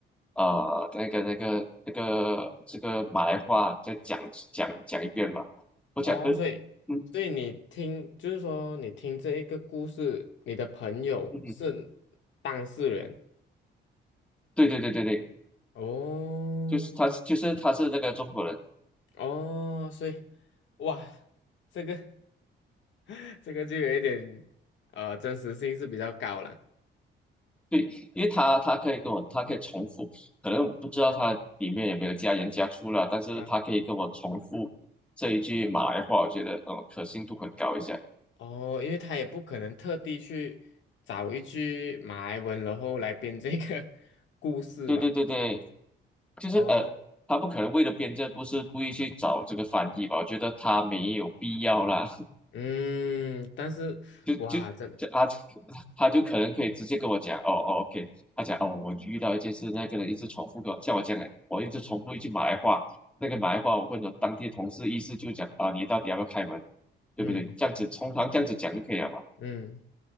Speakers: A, in the centre; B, on the left.
A: 呃那个那个那个这个马来话再讲讲讲一遍嘛。我讲呃
B: 哦，所以所以你听，
A: 嗯
B: 就是说你听这一个故事，你的朋友是当事人
A: 嗯嗯，对对对对对，
B: 哦
A: 就是他就是他是那个中国人，
B: 哦，所以哇，这个 <laughs> 这个就有一点呃真实性是比较高了，
A: 对，因为他他可以跟我他可以重复，可能我不知道他里面有没有加盐加醋啦，但是他可以跟我重复这一句马来话，
B: 嗯
A: 我觉得嗯可信度很高一下。
B: 哦，因为他也不可能特地去找一句马来文，然后来编这个 <laughs> 故事吧？
A: 对对对对，就是呃，
B: 哦，
A: 他不可能为了编这不是故意去找这个翻译吧？我觉得他没有必要啦。
B: 嗯，但是哇，
A: <laughs> 就就就啊，
B: 这
A: 他就可能可以直接跟我讲，哦哦，OK，他讲哦，我遇到一件事，那个人一直重复跟我像我这样的，我一直重复一句马来话，那个马来话我问了当地同事，意思就讲啊，你到底要不要开门，对不对？
B: 嗯
A: 这样子通常这样子讲就可以了嘛。
B: 嗯，